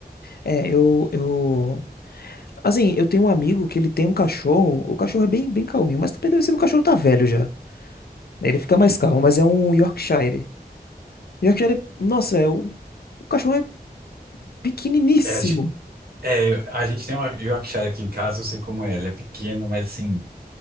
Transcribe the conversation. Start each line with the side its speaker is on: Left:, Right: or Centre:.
Left: é, eu, eu Assim, eu tenho um amigo que ele tem um cachorro. O cachorro é bem, bem calminho, mas também deve ser que o cachorro tá velho já. Ele fica mais calmo, mas é um Yorkshire. Yorkshire, nossa, é o, o cachorro é pequeniníssimo.
Right: É, É, a gente tem uma Yorkshire aqui em casa, eu sei como é. Ele é pequeno, mas assim,